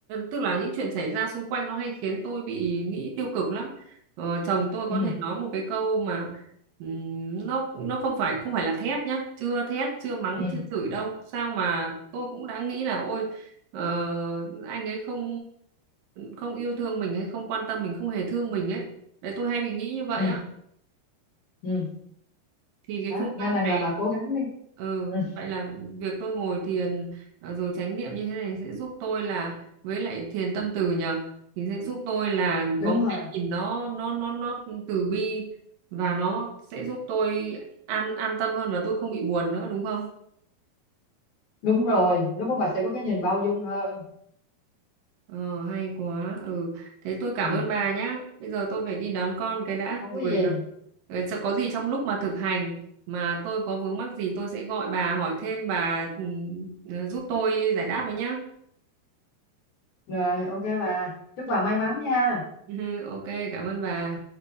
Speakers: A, on the right; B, on the left.
A: tức là những chuyện xảy ra xung quanh nó hay khiến tôi bị nghĩ tiêu cực lắm ờ, chồng tôi có
B: ừ
A: thể nói một cái câu mà ừm, nó nó không phải không phải là thét nhá chưa thét chưa mắng
B: ừ
A: chưa chửi đâu sao mà tôi cũng đã nghĩ là ôi ờ, anh ấy không không yêu thương mình hay không quan tâm mình không hề thương mình ấy đấy tôi hay bị nghĩ như vậy
B: ừ
A: á
B: ừ.
A: thì cái
B: đó
A: phương
B: nên
A: pháp
B: rằng
A: này
B: là bà cố gắng đi
A: ừ,
B: ừ,
A: vậy là việc tôi ngồi thiền ờ, rồi chánh niệm như thế này sẽ giúp tôi là với lại thiền tâm từ nhờ thì sẽ giúp tôi là
B: đúng
A: có một
B: rồi
A: cái nhìn nó nó nó nó từ bi và nó sẽ giúp tôi an an tâm hơn và tôi không bị buồn nữa đúng không
B: đúng rồi lúc đó bà sẽ có cái nhìn bao dung hơn
A: Ờ, hay quá. Ừ, thế tôi cảm
B: ừ.
A: ơn bà nhá. Bây giờ tôi phải đi đón con cái đã.
B: không
A: Rồi,
B: có gì
A: rồi cho- có gì trong lúc mà thực hành mà tôi có vướng mắc gì tôi sẽ gọi bà hỏi thêm bà ừ, ờ, giúp tôi giải đáp với nhá.
B: rồi ok bà chúc bà may mắn nha
A: <laughs> Ok, cảm ơn bà.